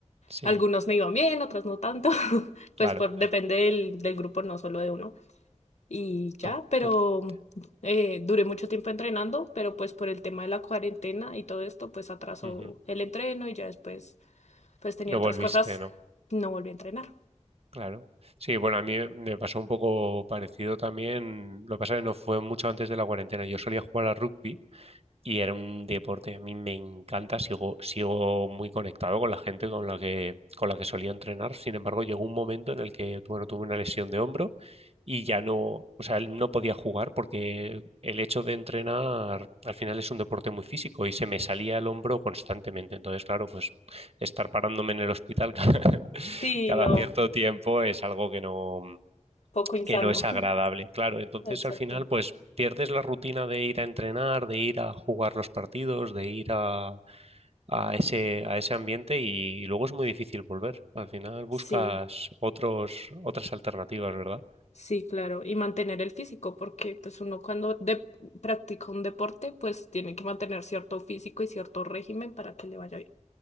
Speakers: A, on the right; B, on the left.
A: Sí,
B: algunos me iban bien, otros no tanto, <laughs>
A: claro,
B: pues por, depende del, del grupo, no solo de uno. y ya,
A: to-
B: pero
A: totalmente.
B: eh, duré mucho tiempo entrenando, pero pues por el tema de la cuarentena y todo esto, pues atrasó
A: Ujú.
B: el entreno y ya después pues tenía
A: Lo
B: otras
A: volviste,
B: cosas,
A: ¿no?
B: no volví a entrenar.
A: Claro. Sí, bueno, a mí me pasó un poco parecido también. Lo que pasa es que no fue mucho antes de la cuarentena. Yo solía jugar a rugby Y era un deporte que a mí me encanta, sigo, sigo muy conectado con la gente con la que, con la que solía entrenar. Sin embargo, llegó un momento en el que, bueno, tuve una lesión de hombro y ya no, o sea, él no podía jugar porque el hecho de entrenar al final es un deporte muy físico y se me salía el hombro constantemente. Entonces, claro, pues estar parándome en el hospital <laughs> cada,
B: Sí,
A: cada
B: no,
A: cierto tiempo es algo que no,
B: poco insano.
A: que no es agradable, claro. Entonces
B: <laughs> Exacto.
A: al final pues pierdes la rutina de ir a entrenar, de ir a jugar los partidos, de ir a, a ese, a ese ambiente y, luego es muy difícil volver. Al final buscas
B: Sí,
A: otros, otras alternativas, ¿verdad?
B: sí, claro. Y mantener el físico, porque pues uno cuando de- practica un deporte, pues tiene que mantener cierto físico y cierto régimen para que le vaya bien.